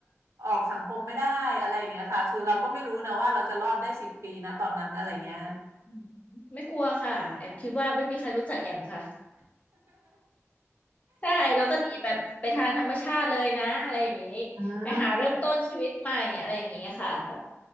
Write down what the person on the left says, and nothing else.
อืมไม่กลัวค่ะแอมคิดว่าไม่มีใครรู้จักแอมค่ะใช่แล้วก็หนีแบบไปทางธรรมชาติเลยนะอะไรอย่างนี้
ไปหาเริ่มต้นชีวิตใหม่อะไรอย่างนี้ค่ะแบบ